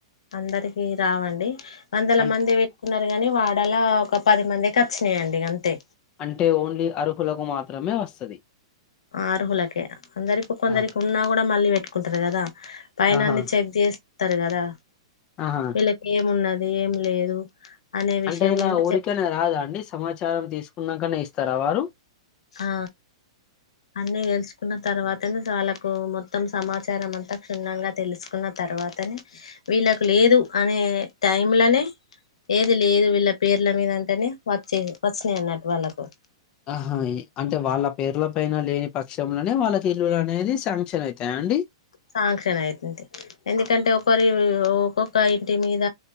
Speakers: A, on the left; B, on the left.
A: అందరికి రావండి వందల
B: అం
A: మంది పెట్టుకున్నార్ కాని వాడలా ఒక పది మందికి వచ్చినాయండి అంతే
B: అంటే ఓన్లీ అర్హులకు మాత్రమే వస్సది
A: అర్హులకే అందరికి కొందరికి
B: ఆ
A: ఉన్నా కూడా మళ్ళీ పెట్టుకుంటారు కదా పైన
B: ఆహా
A: అన్నీ చెక్ చేస్తరు కదా
B: ఆహా
A: వీళ్ళకు ఏమున్న ద్ ఏం లేదు అనే విషయం
B: అంటే ఇలా
A: మీద
B: ఊరికనే
A: చెప్
B: రాదా అండి సమాచారం తీసుకున్నాకనే ఇస్తారా వారు
A: ఆ అన్ని గెలుచుకున్న తర్వాతనే వాళ్కు మొత్తం సమాచారం అంతా క్షుణ్ణంగా తెలుసుకున్న తర్వాతనే వీళ్ళకు లేదు అనే టైంలనే ఏది లేదు వీళ్ళ పేర్ల మీద అంటేనే వచ్చేద్ వచ్చినాయి అన్నట్టు వాళ్ళకు
B: ఆ అంటే వాళ్ళ పేర్ల పైన లేని పక్షంలోనే వాళ్ళకి ఇల్లులు అనేది శాంక్షన్ అయ్ తాయ అండి
A: సాంక్షన్ అయితుంది ఎందుకంటే ఒకరి ఒక్కొక్క ఇంటి మీద